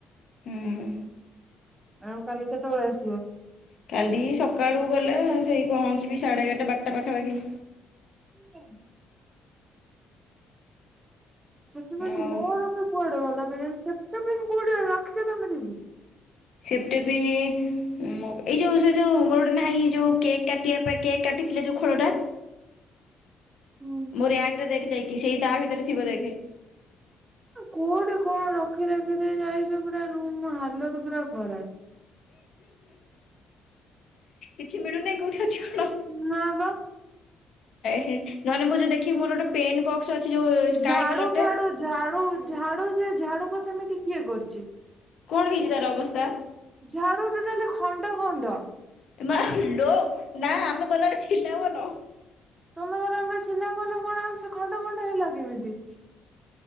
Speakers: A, on the left; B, on the right.
A: ହୁଁ।
B: ଆଉ କାଲି କେତେବେଳେ ଆସିବ?
A: କାଲି ସକାଳୁ ଗଲେ ସେଇ ପହଞ୍ଚିବି ସାଢ଼େ ଏଗାରଟା ବାରଟା ପାଖାପାଖି।
B: ହା <unintelligible> ସେଥିପାଇଁ
A: ଆଉ
B: ମୋର ବି କୁଆଡେ ଗଲା କେ ସେତେ କୋଉଠିେ ରାଖିଛ ତମେ ଦିଦି <unintelligible>
A: ସେଫ୍ଟୀ ପିନ ମୋ ଏଇ ଯୋଉ ସେ ଯୋଉ ମୋର ଗୋଟେ ନାହିଁ ଯୋଉ କେକ୍ କାଟିବା ପାଇଁ କେକ୍ କାଟି ଥିଲେ ଯୋଉ ଖୋଳ ଟା
B: ହୁଁ।
A: ମୋର ରାକ୍ ରେ ଦେଖ ଯାଇକି ସେଇ ତା ଭିତରେ ଥିବ ଦେଖେ।
B: କୋଉଠି କଣ ରଖି ରାଖି ଦେଇ ଯାଇଛୁ ପୁରା ରୁମ ହାଲତ ପୁରା ଖରାପ।
A: କିଛି ମିଳୁନି କୋଉଠି ଅଛି କଣ।
B: ନା ପା।
A: ଏ ହେ ନହଲେ ମୋ ଯୋଉ ଦେଖିବି ମୋର ଗୋଟେ ପେନ୍ ବକ୍ସ ଅଛି ଯୋଉ ସ୍କାଏ
B: ଝାଡୁ
A: କଲରଟେ।
B: ଫାଡୁ ଝାଡୁ ଝାଡୁ ସେ ଝାଡୁକୁ ସେମିତି କିଏ କରିଛି?
A: କଣ ହେଇଛି ତାର ଅବସ୍ଥା?
B: ଝାଡୁ ଟୋଟାଲି ଖଣ୍ଡ ଖଣ୍ଡ।
A: ଏ ମା ଲୋ ନା ଆମେ ଗଲାବେଳେ ଥିଲା ଭଲ।
B: ତମ ଗଲାବେଳେ ଥିଲା ଭଲ କଣ ସେ ଖଣ୍ଡ ଖଣ୍ଡ ହେଲା କେମିତି?